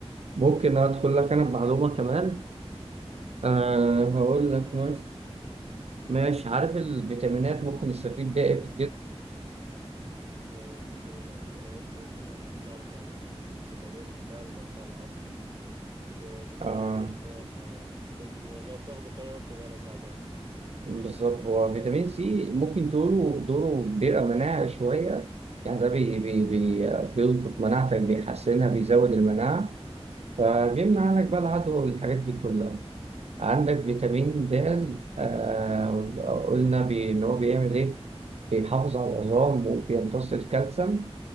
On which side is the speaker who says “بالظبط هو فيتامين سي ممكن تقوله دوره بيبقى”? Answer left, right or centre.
Right